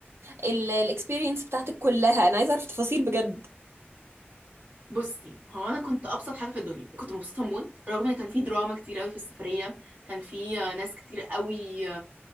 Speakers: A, on the right; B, on the right.
A: الاكسبيرينس بتاعتك كلها انا عايزه اعرف تفاصيل بجد
B: بصي هو انا كنت ابسط حاجه في الدنيا كنت مبسوطه موت رغم ان كان في دراما كتير قوي في السفريه كان في ناس كتير قوي